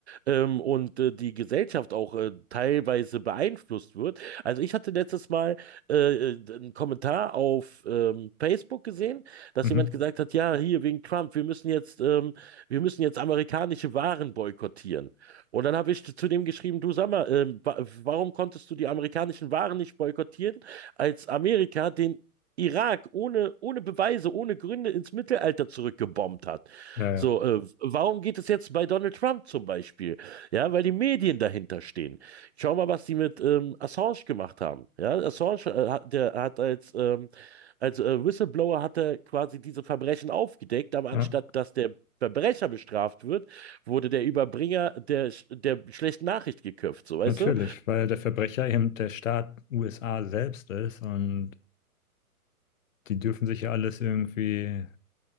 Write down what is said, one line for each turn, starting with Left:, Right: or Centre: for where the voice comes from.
Right: ähm, und äh, die Gesellschaft auch äh, teilweise beeinflusst wird. Also ich hatte letztes Mal äh, äh, einen Kommentar auf ähm, Facebook gesehen, dass
Left: Mhm.
Right: jemand gesagt hat, ja, hier wegen Trump, wir müssen jetzt, ähm, wir müssen jetzt amerikanische Waren boykottieren. Und dann habe ich zu dem geschrieben, du sag mal, ähm, wa warum konntest du die amerikanischen Waren nicht boykottieren, als Amerika den Irak ohne, ohne Beweise, ohne Gründe ins Mittelalter zurückgebombt hat.
Left: Ja, ja,
Right: So, äh, warum geht es jetzt bei Donald Trump zum Beispiel? Ja, weil die Medien dahinter stehen. Schau mal, was die mit ähm, Assange gemacht haben. Ja, Assange, äh, hat- der hat als, ähm, als äh, Whistleblower hat er quasi diese Verbrechen aufgedeckt, aber
Left: ja,
Right: anstatt dass der Verbrecher bestraft wird, wurde der Überbringer der, der schlechten Nachricht geköpft, so weißt
Left: natürlich,
Right: du?
Left: weil der Verbrecher eben der Staat USA selbst ist und die dürfen sich ja alles irgendwie,